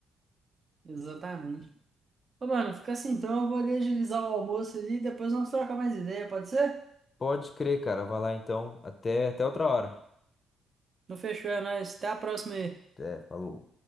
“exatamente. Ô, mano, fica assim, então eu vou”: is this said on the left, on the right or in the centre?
Right